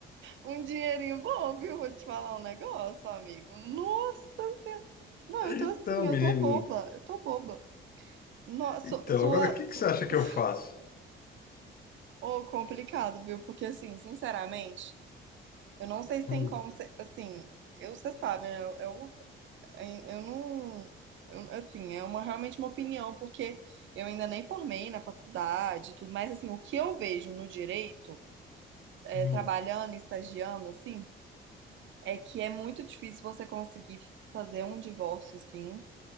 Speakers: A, on the right; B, on the left.
A: um dinheirinho bom, viu? Vou te falar um negócio, amigo. Nossa Senhora. Não,
B: Então,
A: eu tô assim, eu
B: menino.
A: tô boba, eu tô boba. Nossa,
B: Então,
A: sua,
B: agora o que
A: su...
B: que você acha que
A: <laughs>
B: eu faço?
A: Ô, complicado, viu? Porque assim, sinceramente, eu não sei se
B: Hum,
A: tem como ser, assim, eu, você sabe, né? Eu, eu, eu não, eu- assim, é uma realmente uma opinião, porque eu ainda nem formei na faculdade, e tudo, mas assim, o que eu vejo no direito, é,
B: hum,
A: trabalhando, estagiando, assim, é que é muito difícil você conseguir fazer um divórcio assim,